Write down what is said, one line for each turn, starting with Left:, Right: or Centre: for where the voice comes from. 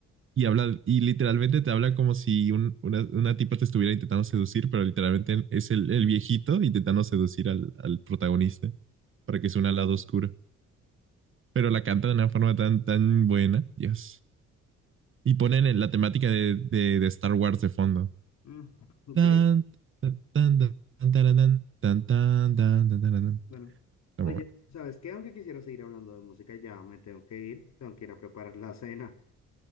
Right: Y habla, y literalmente te habla como si un- una, una tipa te estuviera intentando seducir, pero literalmente es el, el viejito intentando seducir al, al protagonista para que sea un lado oscuro. Pero la canta de una forma tan, tan buena, Dios. Y ponen en la temática de, de, de Star Wars de fondo.
Left: mm, increíble.
Right: Tan, tan, tan, tan, tan, tan, tan, tan, tan, tan, tan, tan.
Left: Bueno,
Right: Está
Left: oye,
Right: muy bueno.
Left: ¿sabes qué? Aunque quisiera seguir hablando de música, ya me tengo que ir, tengo que ir a preparar la cena.